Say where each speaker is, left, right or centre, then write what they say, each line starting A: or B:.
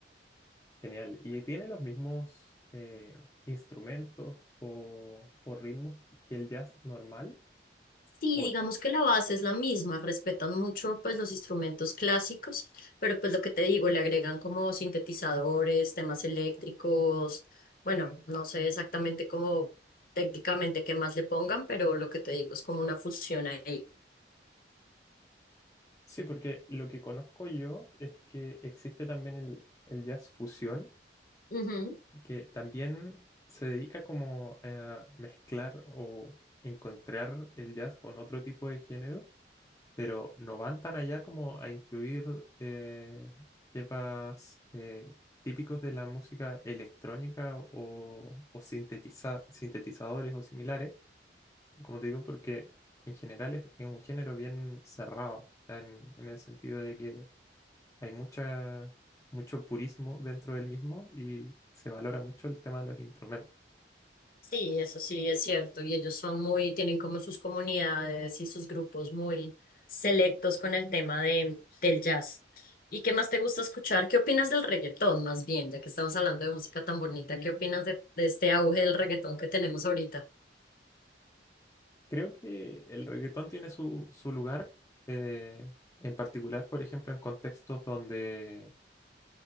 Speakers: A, on the left (about 15°); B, on the left (about 50°).
A: Genial. ¿Y tiene los mismos eh, instrumentos o o ritmos que el jazz normal?
B: Sí,
A: O,
B: digamos que la base es la misma, respetan mucho pues los instrumentos clásicos, pero pues lo que te digo, le agregan como sintetizadores, temas eléctricos, bueno, no sé exactamente cómo técnicamente qué más le pongan, pero lo que te digo es como una fusión ahí.
A: sí, porque lo que conozco yo es que existe también el, el jazz fusión,
B: Ujú.
A: que también se dedica como a mezclar o encontrar el jazz con otro tipo de género, pero no van tan allá como a incluir eh, temas eh, típicos de la música electrónica o, o sintetiza- sintetizadores o similares, como te digo, porque en general es, es un género bien cerrado, o sea, en, en el sentido de que hay mucha, mucho purismo dentro del mismo y se valora mucho el tema de los instrumentos.
B: Sí, eso sí es cierto. Y ellos son muy, tienen como sus comunidades y sus grupos muy selectos con el tema de, del jazz. ¿Y qué más te gusta escuchar? ¿Qué opinas del reggaetón, más bien, ya que estamos hablando de música tan bonita? ¿Qué opinas de, de este auge del reggaetón que tenemos ahorita?
A: Creo que el reggaetón tiene su, su lugar, eh, en particular, por ejemplo, en contextos donde,